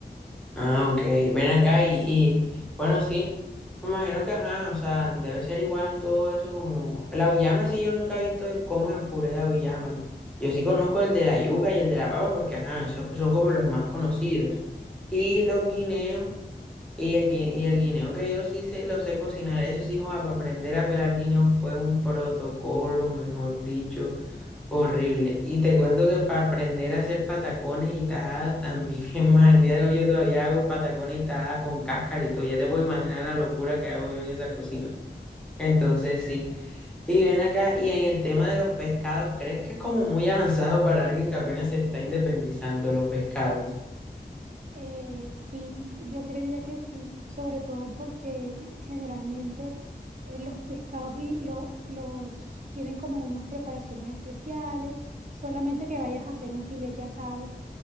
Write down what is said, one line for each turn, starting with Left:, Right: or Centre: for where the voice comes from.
Centre: Ah, ok. Ven acá y, y, bueno, sí. Me imagino que, ajá, o sea, debe ser igual todo eso como... La auyama sí yo nunca he visto el- cómo es el puré de auyama. Yo sí conozco el de la yuca y el de la papa porque, ajá, esos son como los más conocidos. Y los guineos, y el, gui- y el guineo que yo sí sé lo sé cocinar. Eso sí, joa, para aprender a pelar guineos fue un protocolo, mejor dicho. Horrible. Y te cuento que para aprender a hacer patacones y tajadas también <laughs> es más. Al día de hoy yo todavía hago patacones y tajadas con cáscara y todo. Ya te puedo imaginar la locura que hago yo en esa cocina. Entonces sí. Y ven acá, y en el tema de los pescados, ¿crees que es como muy avanzado para alguien que apenas se está independizando los pescados?
Right: Eh, sí, yo creería que sí, sobre todo porque generalmente eh, los pescados y lo- los tienen como unas preparaciones especiales, solamente que vayas a hacer un filete asado